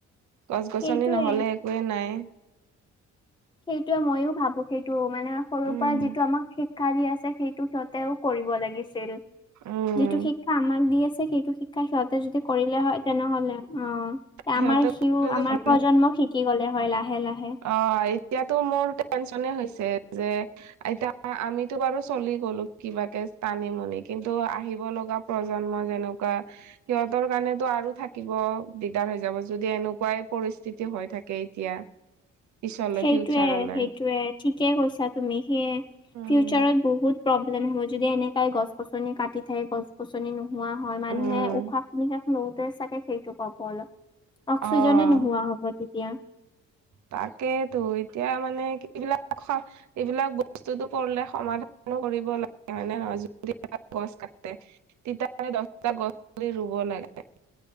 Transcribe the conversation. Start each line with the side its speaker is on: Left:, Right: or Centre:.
Right: গছ গছনি
Left: সেইটোৱে
Right: নহলে একোৱে নাই
Left: সেইটোৱে ময়ো ভাবো সেইটো মানে, সৰুৰ
Right: উম
Left: পৰা যিটো আমাক শিক্ষা দি আছে সেইটো ক তেওঁও কৰিব লাগিছিল
Right: উম
Left: যিটো শিক্ষা আমাক দি আছে সেইটো শিক্ষা সিহঁতে যদি কৰিলে হয়, তেনেহলে অ',
Right: সিহঁতে
Left: আমাৰ সিও আমাৰ
Right: ভাল।
Left: প্ৰজন্মক শিকি গলে হয় লাহে, লাহে।
Right: অ, এতিয়াতো মোৰ টেনচনে হৈছে যে এতিয়া আমিতো বাৰু চলি গলো কিবাকে টানিমুনি কিন্তু আহিব লগা প্ৰজন্ম যেনেকুৱা সিহতৰ কাৰণেতো আৰু থাকিব। দিগদাৰ হৈ যাব যদি এনেকুৱাই পৰিস্থিতি হৈ থাকে এতিয়া। পিছলৈ
Left: সেইটয়ে,
Right: ফিউচাৰলৈ
Left: সেইটোয়ে ঠিকেই কৈছা তুমি সেয়ে
Right: উম
Left: ফিউচাৰত বহুত প্ৰব্লেম হ'ব যদি এনেকাই গছ-গছনি কাটি থাক গছ সুচনি নোহোৱা হয় মানুহে
Right: উম
Left: উশাহ, নিশাহক লওঁতে চাগে সেইটো কাব অলপ অক্সিজেনে
Right: অ
Left: নোহোৱা হ'ব তেতিয়া।
Right: তাকেইেতো এতিয়া মানে এইবিলাক এইবিলাক বস্তুটো পঢ়িলে সমাধানো কৰিব লাগে হয়নে নহয় যদি গছ কাটে তিতা দহটা গছি ৰুব লাগে।